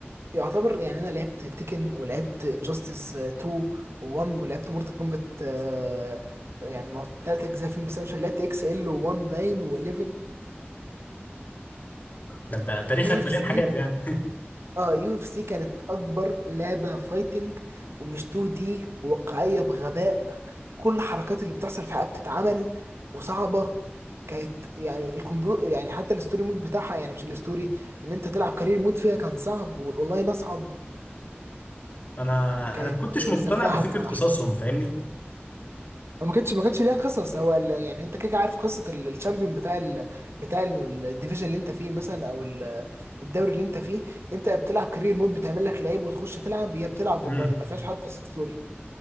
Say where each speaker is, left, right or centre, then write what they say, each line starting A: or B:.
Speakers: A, on the right; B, on the left.
A: يعتبر يعني انا لعبت تيكن ولعبت انجاستس 2 و1 ولعبت مورتال كومبات آه، يعني ثلاث اجزاء فيهم بس انا مش لعبت اكس ال و1 باين و11
B: ده انت تاريخك
A: يو اف
B: مليان
A: سي
B: حاجات يعني <laughs>
A: اه يو اف سي كانت اكبر لعبه فايتنج ومش 2 دي وواقعيه بغباء كل الحركات اللي بتحصل في حياتها بتتعمل وصعبه كانت يعني الكمبيوتر يعني حتى الستوري مود بتاعها يعني مش الستوري ان انت تلعب كارير مود فيها كان صعب والاونلاين اصعب
B: انا
A: كانت
B: انا ما كنتش مقتنع
A: سفاحه
B: بفكره
A: الصراحه
B: قصصهم فاهمني
A: ما كانتش ما كانتش ليها قصص هو ال- يعني انت كده كده عارف قصه ال- الشامبيون بتاع ال بتاع ال- الديفيجن اللي انت فيه مثلا او ال- الدوري اللي انت فيه انت بتلعب كارير مود بتعمل لك لعيب وتخش تلعب هي بتلعب اونلاين
B: امم
A: ما فيهاش حتى ستوري